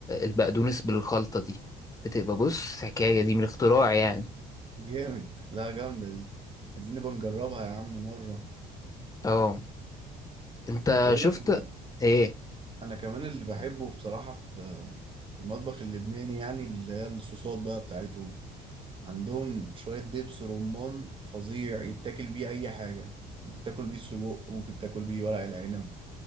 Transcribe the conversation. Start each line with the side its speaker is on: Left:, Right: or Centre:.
Left: البقدونس بالخلطة دي بتبقى بص حكاية دي من الاختراع يعني
Right: جامد لا جامدة دي عايزين نبقى نجربها يا عم مرة
Left: اه انت
Right: بقول
Left: شفت
Right: لك انا كمان
Left: ايه
Right: انا كمان اللي بحبه بصراحة في في المطبخ اللبناني يعني اللي هي الصوصات بقى بتاعتهم عندهم شوية دبس رمان فظيع يتاكل بيه أي حاجة ممكن تاكل بيه سجق ممكن تاكل بيه ورق العنب